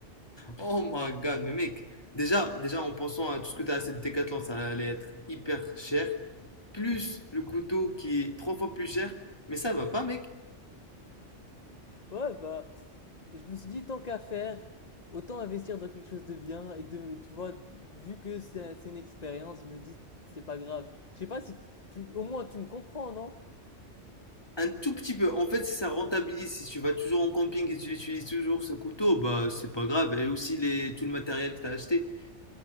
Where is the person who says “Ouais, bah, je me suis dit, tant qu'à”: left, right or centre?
Left